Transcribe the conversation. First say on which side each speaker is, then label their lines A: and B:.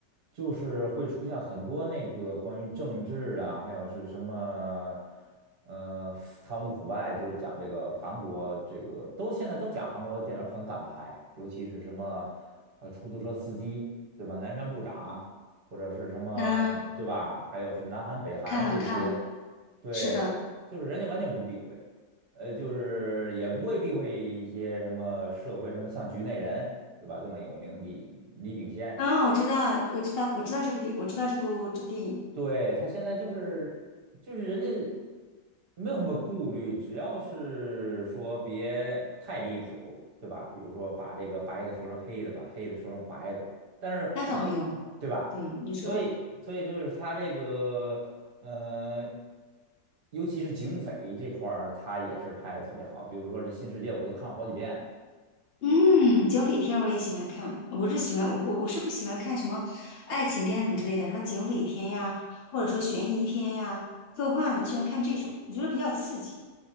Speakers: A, on the right; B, on the left.
A: 就是会出现很多那个关于政治的啊，还有是什么呃腐贪污腐败，就是讲这个韩国这个都现在都讲韩国电影很敢拍啊，尤其是什么呃出租车司机，对吧？南山部长。或者是什么，
B: 嗯，
A: 对吧？还有是南韩、北韩这些，
B: 看了看了，
A: 对，
B: 是的。
A: 就是人家完全不避讳，呃，就是也不会避讳一些什么社会，什么像局内人，对吧？这么有名，李李秉宪，
B: 嗯，我知道，我知道，我知道这部电，我知道这部这部电影，
A: 对，他现在就是就是人家没有什么顾虑，只要是说别太离谱，对吧？比如说把这个白的说成黑的，把黑的说成白的，但是我
B: 那倒没有。
A: 对吧？
B: 对，你说，
A: 所以所以就是他这个呃，尤其是警匪这块儿，他也是拍的特别好。比如说这《新世界》，我都看了好几遍。
B: 嗯，警匪片我也喜欢看，我是喜欢我我我是不喜欢看什么爱情片什么之类的，什么警匪片呀，或者说悬疑片呀、科幻的，我喜欢看这种，我觉得比较刺激。